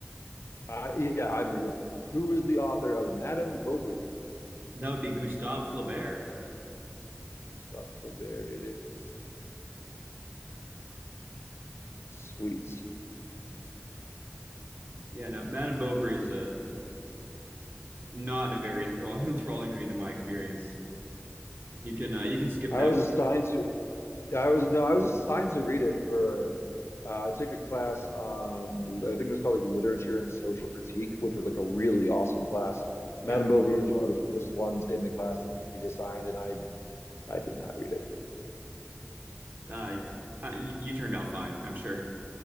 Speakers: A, on the left; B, on the right.
A: I, yeah, I'm Maria. Who is the author of Madame Bovary?
B: That would be Gustave Flaubert.
A: Gustave Flaubert, it is. Sweet.
B: Yeah, no, Madame Bovary is a not a very enthralling, <laughs> enthralling read in my experience. You can uh, you can skip
A: I
B: that.
A: was
B: One.
A: assigned to, I was, no, I was assigned to read it for, uh, I took a class on, I think it was called like Literature and Social Critique, which was like a really awesome class.
B: Yeah,
A: Madame Bovary was one of the first ones in the class to be assigned, and I, I did not read it.
B: uh, uh, you, you turned out fine, I'm sure.